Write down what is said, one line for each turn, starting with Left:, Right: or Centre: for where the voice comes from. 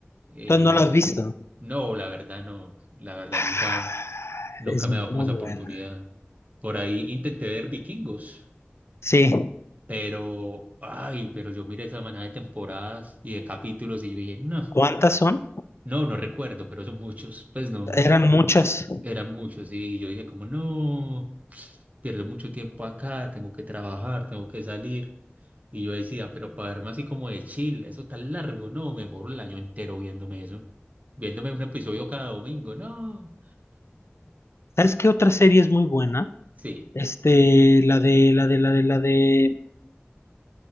Right: Eh,
Left: entonces no lo has visto.
Right: no, la verdad no, la verdad
Left: Ah,
Right: nunca. Nunca
Left: Es
Right: me
Left: muy
Right: he dado como esa
Left: buena.
Right: oportunidad. Por ahí intenté ver Vikingos,
Left: Sí,
Right: pero, ay, pero yo miré esa manada de temporadas y de capítulos y yo dije, no,
Left: ¿cuántas son?
Right: no, no recuerdo, pero son muchos. Pues no,
Left: Eran muchas.
Right: eran muchos y yo dije como, no, pierdo mucho tiempo acá, tengo que trabajar, tengo que salir. Y yo decía, pero para verme así como de chill, eso tan largo, no, me moro el año entero viéndome eso. Viéndome un episodio cada domingo, no.
Left: ¿Sabes qué otra serie es muy buena?
Right: Sí.
Left: Este, la de, la de, la de, la de...